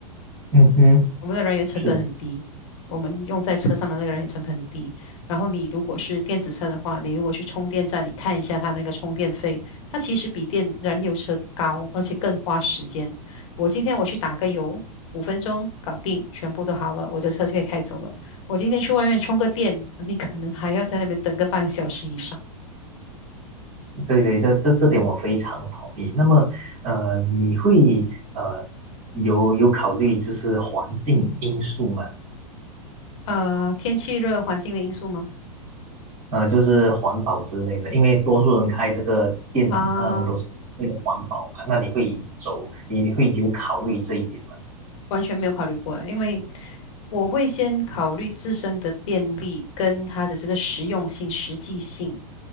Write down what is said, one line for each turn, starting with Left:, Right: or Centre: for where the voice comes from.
Right: 嗯哼。
Left: 我们的人员成本很低，
Right: 是
Left: 我们用在车上的那个人员成本很低。然后你如果是电子车的话，你如果去充电站，你看一下它那个充电费，它其实比电燃油车高，而且更花时间。我今天我去打个油，五分钟搞定，全部都好了，我的车就可以开走了。我今天去外面充个电，你可能还要在那边等个半个小时以上。
Right: 对对，这这这点我非常同意。那么，呃，你会呃有有考虑就是环境因素嘛？
Left: 啊、天气热环境的因素吗？
Right: 呃，就是环保之类的，因为多数人开这个电子车，
Left: 啊、
Right: 他们都是为了环保嘛。那你会走，你你会有考虑这一点吗？
Left: 完全没有考虑过欸，因为我会先考虑自身的便利跟它的这个实用性、实际性，